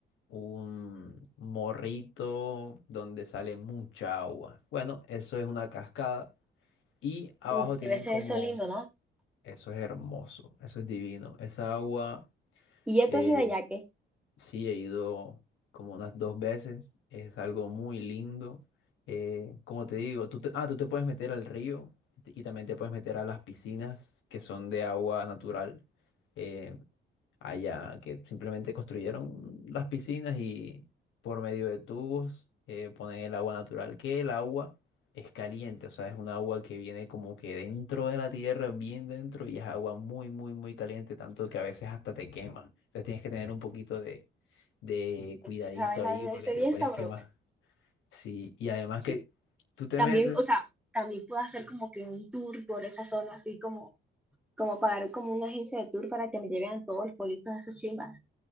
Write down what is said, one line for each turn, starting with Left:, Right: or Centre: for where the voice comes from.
Left: un morrito donde sale mucha agua. Bueno, eso es una cascada y abajo
Centre: Uf,
Left: tienen
Centre: debe ser
Left: como,
Centre: eso lindo, ¿no?
Left: eso es hermoso, eso es divino, esa agua...
Centre: Y esto
Left: eh,
Centre: es Hidayake.
Left: Sí, he ido como unas dos veces, es algo muy lindo. Eh, como te digo, tú te, ah, tú te puedes meter al río y también te puedes meter a las piscinas que son de agua natural. Eh, allá, que simplemente construyeron las piscinas y por medio de tubos eh, ponen el agua natural, que el agua es caliente, o sea, es un agua que viene como que dentro de la tierra, bien dentro, y es agua muy, muy, muy caliente, tanto que a veces hasta te quema. Entonces tienes que tener un poquito de, de cuidadito
Centre: Esa vaina
Left: ahí
Centre: debe
Left: porque
Centre: ser
Left: te
Centre: bien
Left: puedes
Centre: sabrosa.
Left: quemar. Sí, y además
Centre: Sí.
Left: que tú te
Centre: También,
Left: metes,
Centre: o sea, también puedo hacer como que un tour por esa zona, así como, como pagar como una agencia de tour para que me lleven a todos los pueblitos de esos chimbas.